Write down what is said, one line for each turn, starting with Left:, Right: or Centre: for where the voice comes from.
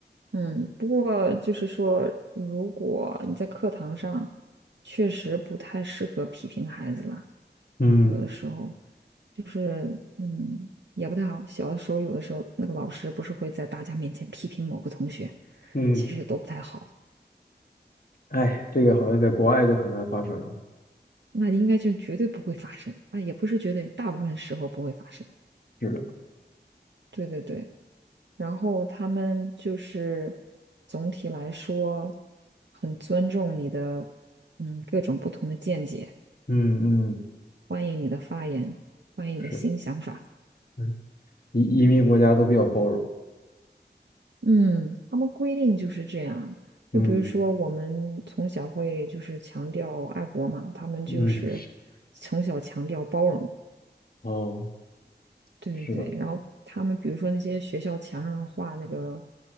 Right: 嗯，不过就是说，如果你在课堂上，确实不太适合批评孩子了，
Left: 嗯。
Right: 有的时候，就是嗯，也不太好。小的时候，有的时候那个老师不是会在大家面前批评某个同学，
Left: 嗯，
Right: 其实都不太好。
Left: 哎，这个好像在国外就很难发生了。
Right: 那应该就是绝对不会发生啊，也不是绝对，大部分时候不会发生。
Left: 是的，
Right: 对对对，然后他们就是总体来说很尊重你的，嗯，各种不同的见解。
Left: 嗯嗯，
Right: 欢迎你的发言，欢迎你的新想法。
Left: 是，嗯，移移民国家都比较包容。
Right: 嗯，他们规定就是这样。
Left: 嗯
Right: 就比如说，我们从小会就是强调爱国嘛，他们就是从小强调包容。
Left: 嗯，哦，
Right: 对对对，
Left: 是的，
Right: 然后他们比如说那些学校墙上画那个，